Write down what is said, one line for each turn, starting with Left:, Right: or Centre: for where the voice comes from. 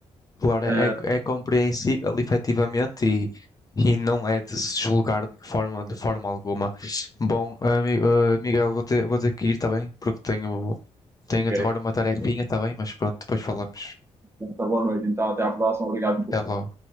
Left: Claro,
Right: Ah,
Left: é, é compreensível, efetivamente, e, e não é de se julgar de forma, de forma alguma. Bom, ami- eh, Miguel, vou ter, vou ter que ir, está bem? Porque tenho, tenho
Right: ok,
Left: agora uma tarefinha, está bem? Mas pronto, depois falamos.
Right: então boa noite, então até à próxima. Obrigado por
Left: Até logo.